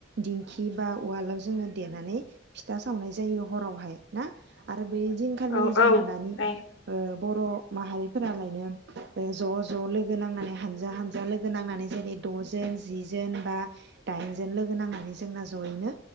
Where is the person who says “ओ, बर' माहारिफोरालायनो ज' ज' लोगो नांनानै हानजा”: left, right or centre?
Right